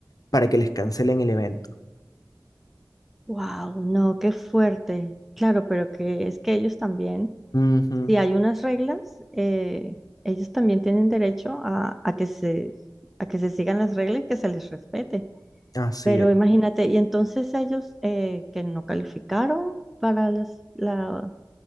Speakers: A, on the left; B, in the centre.
A: para que les cancelen el evento.
B: Wow, no, qué fuerte. Claro, pero que es que ellos también
A: Ujú,
B: si hay unas reglas, eh, ellos también tienen derecho a, a que se, a que se sigan las reglas y que se les respete.
A: Así
B: Pero
A: es.
B: imagínate, y entonces ellos eh, que no calificaron para las- la,